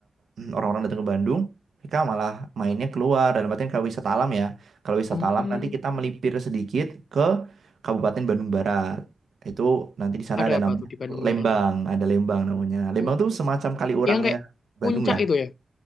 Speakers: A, on the right; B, on the left.
A: mm, orang-orang datang ke Bandung mereka malah mainnya keluar dalam artian kalau wisata alam ya kalau wisata
B: Oh,
A: alam nanti kita melipir sedikit Kabupaten Bandung Barat. Itu nanti di sana
B: ada
A: ada
B: apa
A: namanya
B: tuh di Bandung Barat?
A: Lembang, ada Lembang namanya. Lembang
B: Oh,
A: tuh semacam kali orangnya
B: yang kayak
A: Bandung
B: puncak
A: lah.
B: itu ya?